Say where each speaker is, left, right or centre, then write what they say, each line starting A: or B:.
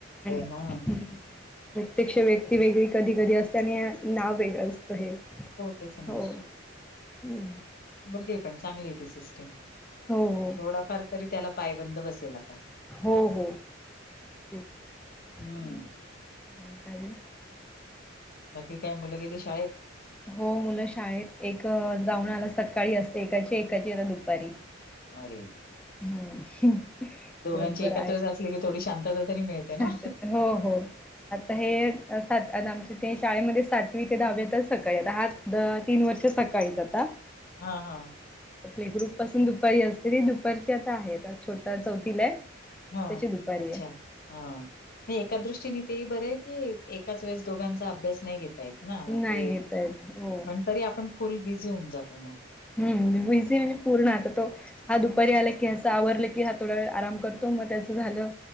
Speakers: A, in the centre; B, on the left.
A: आणि
B: हा
A: प्रत्यक्षं व्यक्ती वेगळी कधीं कधीं असते आणि नांव वेगळं असतं हे हो
B: तेच ना
A: हम्मं
B: बरी आहे पण चांगलीय ती सिस्टीम.
A: हो हो.
B: थोडाफार तरी त्याला पायबंद बसेल आता.
A: हो, हो, होठी काय
B: हम्म
A: म्हणेल. <inaudible>
B: बाकी काय मुलं गेलज शाळेत?
A: हो मुलं शाळेत एक जाऊन आला सकाळी असते एकाची एकाची आता दुपारी.
B: अरे
A: हम्म दिवसभर
B: दोघांची एकत्रच
A: आहे
B: असली की थोडी शांत तरी मिळते
A: शांतता
B: ना.
A: हो हो. आता हे सात आमचे ते शाळेमध्ये सातवी ते दहावीतच सकाळी आता हा तीन वर्ष सकाळीच आता.
B: हा हा.
A: प्ले ग्रुप पासून दुपारी असते ती दुपारीची आता आहे छोट चौथीला आहे.
B: हा
A: त्याची दुपारी
B: अच्छा
A: आहे.
B: हा नाही एका दृष्टीने तेही बरं आहे की एकाच वेळेस दोघांचा अभ्यास नाही घेत तेचन मग
A: नाही
B: ते
A: घेता येत हो
B: पण तरी आपण फुल बिझी होऊन जातो मग.
A: हम्म, बिझी म्हणजे पूर्ण आता तो हा दुपारी आला की ह्याच आवरल की हा थोडा वेळ आराम करतो मग त्याचं झालं